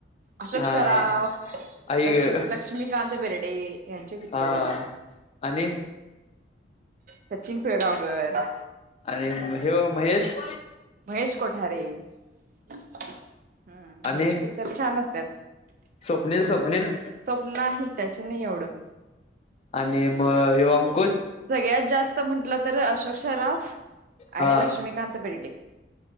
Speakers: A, on the right; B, on the left.
A: अशोक
B: हा
A: सराव
B: हा आई
A: लक्ष
B: ग
A: लक्ष्मीकांत बिर्डे यांचे पिच्चर.
B: हा आणि
A: सचिन पेळगावकर
B: आणि हेव महेश?
A: महेश कोठारे हा
B: आणि
A: ह्यांची पिक्चर छान असत्यात.
B: स्वप्नील स्वप्नील
A: तो नाही त्याची नाही एवढं
B: आणि मग यॅग
A: सगळ्यात जास्त म्हटलं तर अशोक शराफ आणि
B: हा
A: लक्ष्मीकांत बेर्डे.